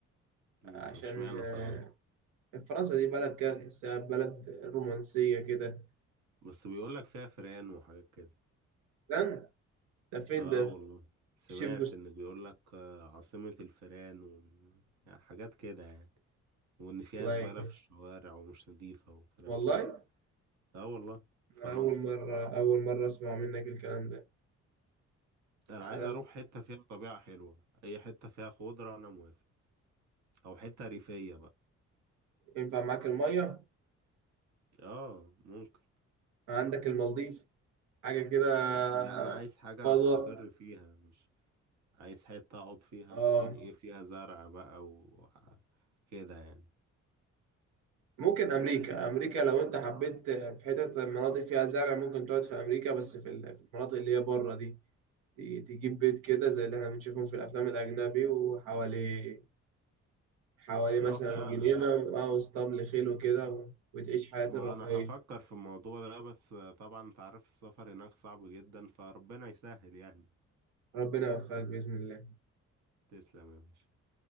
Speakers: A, on the right; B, on the right.
A: مم،
B: عشان
A: اشمعنى
B: آه،
A: فرنسا
B: فرنسا دي بلد كده تحسها بلد رومانسية كده
A: بس بيقولك فيها فران وحاجات كده
B: لن ده فين
A: اه
B: ده
A: والله سمعت
B: شيف جوست
A: ان بيقول لك آه، عاصمة الفيران و... يعني حاجات كده يعني وان فيها
B: والله
A: زبالة في الشوارع ومش نظيفة وكلام
B: والله
A: كده اه والله فرنسا
B: أول مرة أول مرة أسمع منك الكلام ده
A: انا
B: على
A: عايز اروح حتة فيها طبيعة حلوة اي حتة فيها خضرة انا موافق او حتة ريفية بقى
B: ينفع معاك المية
A: اه ممكن
B: عندك المالديف حاجة كده
A: لا انا عايز
B: آه،
A: حاجة
B: فضاء
A: استقر فيها مش عايز حتة اقعد فيها
B: آه
A: تكون ايه فيها زرع بقى و كده يعني
B: ممكن أمريكا أمريكا لو أنت حبيت في حتة مناطق فيها زرع ممكن تقعد في أمريكا بس في ال- في المناطق اللي هي بره دي ت- تجيب بيت كده زي اللي احنا بنشوفهم في الأفلام الأجنبي وحواليه حوالي
A: اه
B: مثلا
A: فعلا
B: جنينة أو اسطبل خيل وكده و- وتعيش حياة
A: وانا
B: الرفاهية
A: هفكر في الموضوع ده بس طبعا انت عارف السفر هناك صعب جدا فربنا يسهل يعني
B: ربنا يوفقك بإذن الله
A: تسلم يا باشا